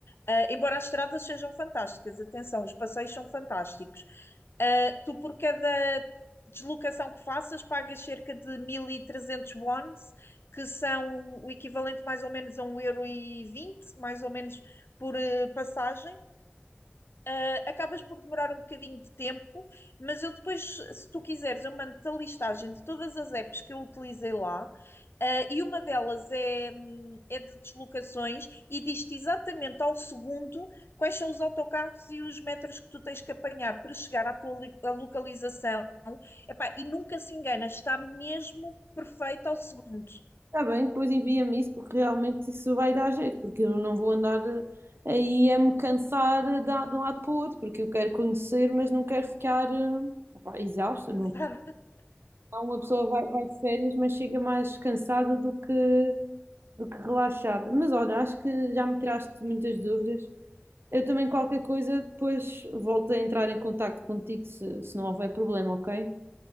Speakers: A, on the left; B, on the right.
A: Uh, embora as estradas sejam fantásticas, atenção, os passeios são fantásticos. Uh, tu, por cada deslocação que faças, pagas cerca de 1.300 wons, que são o equivalente mais ou menos a um euro e vinte, mais ou menos por uh, passagem. Uh, acabas por demorar um bocadinho de tempo, mas eu depois, se tu quiseres, eu mando-te a listagem de todas as apps que eu utilizei lá, uh, e uma delas é, hum, é de deslocações e diz-te exatamente ao segundo quais são os autocarros e os metros que tu tens que apanhar para chegar à tua li- à localização. Epá, e nunca se engana, está mesmo perfeito ao segundo.
B: Está bem, depois envia-me isso, porque realmente isso vai dar jeito, porque eu não vou andar eh, aí a me cansar de, dar- de um lado para o outro, porque eu quero conhecer, mas não quero ficar eh, opá, exausta,
A: <laughs>
B: não. Então, Uma pessoa vai, vai de férias, mas chega mais cansada do que, do que relaxada. Mas olha, acho que já me tiraste muitas dúvidas. Eu também, qualquer coisa, depois volto a entrar em contacto contigo se, se não houver problema, ok?